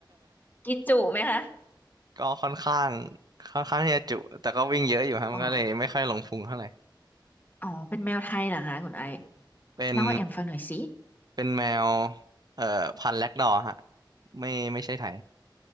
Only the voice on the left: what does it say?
<laughs> กินจุไหมคะ
อ๋ออ๋อเป็นแมวไทยเหรอคะคุณไอซ์
เล่าให้แอมฟังหน่อยสิ